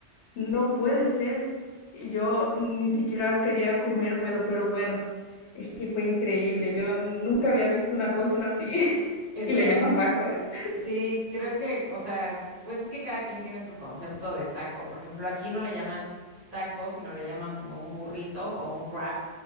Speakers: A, on the left; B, on the right.
A: no puede ser, y yo ni siquiera quería comérmelo, pero bueno, es que fue increíble, yo nunca había visto una cosa así, <laughs>
B: Es
A: y
B: que
A: le llaman taco, ¿eh?
B: Sí, creo que, o sea, pues es que cada quien tiene su concepto de taco. Por ejemplo, aquí no le llaman taco, sino le llaman como un burrito o un wrap,